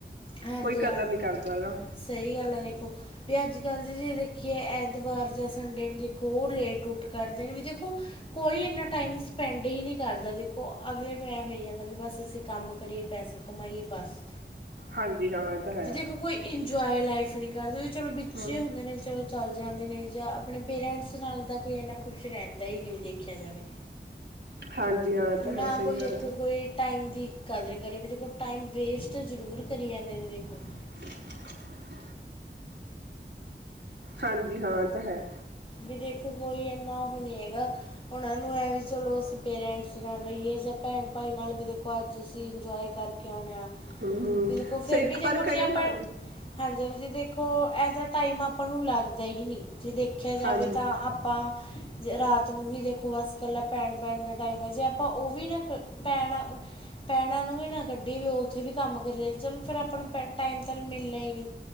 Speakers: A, on the left; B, on the right.
A: ਹਾਂਜੀ
B: ਕੋਈ ਕਦਰ
A: ਹਾਂ
B: ਨਹੀਂ ਕਰਦਾ ਹੈਗਾ
A: ਸਹੀ ਗੱਲ ਹੈ ਦੇਖੋ, ਵੀ ਅੱਜ ਕੱਲ੍ਹ ਦੀ ਜ ਦੇ ਕਿ ਐਤਵਾਰ ਜਾਂ ਸੰਡੇ ਨੂੰ, ਦੇਖੋ ਲੇਟ ਉੱਠ ਕਰੱਦੇ ਨੇ ਵੀ ਦੇਖੋ ਕੋਈ ਇੰਨਾਂ ਟਾਈਮ ਡੀਪੈਂਡ ਹੀ ਨਹੀਂ ਕਰਦਾ, ਦੇਖੋ ਅਗਲੇ ਨੂੰ ਐਂ ਹੋ ਜਾਂਦਾ ਵੀ ਬਸ ਅਸੀਂ ਕੰਮ ਕਰੀਏ ਪੈਸਾ ਕਮਾਈਏ ਬਸ।
B: ਹਾਂਜੀ ਹਾਂ ਇਹ ਤਾਂ ਹੈ
A: ਵੀ ਦੇਖੋ ਕੋਈ ਇੰਜੋਏ ਲਾਈਫ ਨਹੀਂ ਕਰਦਾ, ਵੀ ਚਲੋ ਵਿੱਚੇ
B: ਹਮ
A: ਹੁੰਦੇ ਨੇ ਚਲੋ ਚੱਲ ਜਾਂ ਨੇ ਜਾਂ ਆਪਣੇ ਪੇਰੈਂਟਸ ਨਾਲ ਤਾਂ ਕੋਈ ਇਨਾ ਖੁਸ਼ ਰਹਿੰਦਾ ਹੀ ਨਹੀਂ, ਦੇਖਿਆ ਜਾਵੇ
B: ਹਾਂਜੀ ਹਾਂ ਇਹ ਤਾਂ
A: ਨਾ
B: ਹੈ ਸਹੀ
A: ਕੋਈ ਦੇਖੋ,
B: ਗੱਲ ਹੈ
A: ਕੋਈ ਟਾਈਮ ਦੀ ਕਦਰ ਕਰੇ ਵੀ ਦੇਖੋ ਟਾਈਮ ਵੇਸਟ ਜ਼ਰੂਰ, ਕਰੀ ਜਾਂਦੇ ਨੇ ਦੇਖੋ।
B: <inaudible> ਹਾਂਜੀ, ਹਾਂ ਤਾਂ ਹੈ
A: ਵੀ ਦੇਖੋ ਕੋਈ ਇੰਨਾ ਉਹ ਨਹੀਂ ਹੈਗਾ, ਉਹਨਾਂ ਨੂੰ ਐ ਵੀ ਚਲੋ ਅਸੀਂ ਪੇਰੈਂਟਸ ਨਾਲ ਰਹੀਏ ਜਾਂ ਭੈਣ ਭਾਈ ਨਾਲ ਵੀ ਦੇਖੋ ਅੱਜ ਅਸੀਂ ਇੰਜੋਏ ਕਰਕੇ ਆਉਣੇ ਹਾਂ
B: ਹਮ ਹਮ
A: ਬਿਲਕੁਲ ਫਿਰ
B: ਸਹੀ
A: ਵੀ ਦੇਖੋ
B: ਪਰ
A: ਜੇ
B: ਕਈ
A: ਆਪਾਂ,
B: ਹਾਂਜੀ
A: ਹਾਂਜੀ ਦੇਖੋ ਐਟ ਦਾ ਟਾਈਮ ਆ ਆਪਾਂ ਨੂੰ ਲੱਗਦਾ ਹੀ ਨਹੀਂ, ਜੇ ਦੇਖਿਆ ਜਾਵੇ
B: ਹਾਂਜੀ
A: ਤਾਂ ਆਪਾਂ ਰਾਤ ਨੂੰ ਹੀ ਦੇਖੋ ਬਸ ਇਕੱਲਾ ਪੈਣ -ਪੈਣ ਦਾ ਟਾਈਮ ਹੈ, ਜੇ ਆਪਾਂ ਉਹ ਵੀ ਨਾ ਕ ਪੈਣ, ਪੈਣਾ ਨੂੰ ਵੀ ਨਾ ਕੱਢ ਗੱਡੀ ਵੀ ਉੱਥੇ ਵੀ ਕੰਮ ਕਰੀ ਜਾ ਚਲ, ਫਿਰ ਆਪਣਾ ਟਾਈਮ ਤ ਮਿਲਣਾ ਹੀ ਨਹੀਂ